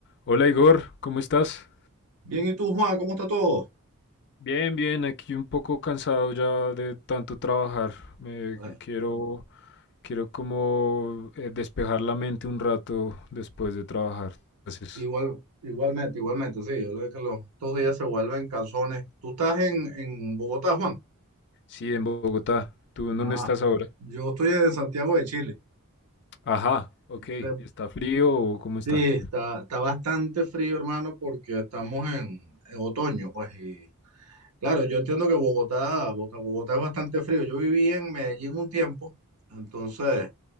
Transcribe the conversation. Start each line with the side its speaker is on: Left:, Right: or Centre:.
Left: Hola Igor, ¿cómo estás?
Right: Bien, ¿y tú, Juan? ¿Cómo está todo?
Left: Bien, bien, aquí un poco cansado ya de tanto trabajar. Me
Right: Eh,
Left: quiero, quiero como eh, despejar la mente un rato después de trabajar. Entonces,
Right: igual, igualmente, igualmente, sí. Yo lo que los, estos días se vuelven calzones. ¿Tú estás en, en Bogotá, Juan?
Left: sí, en Bogotá. ¿Tú en dónde
Right: Ah,
Left: estás ahora?
Right: yo estoy en Santiago de Chile.
Left: Ajá, ok.
Right: Se-
Left: ¿Y ¿Está frío o cómo está?
Right: Sí, está, está bastante frío, hermano, porque estamos en, en otoño, pues. Y claro, yo entiendo que Bogotá, Bogotá, Bogotá es bastante frío. Yo viví en Medellín un tiempo, entonces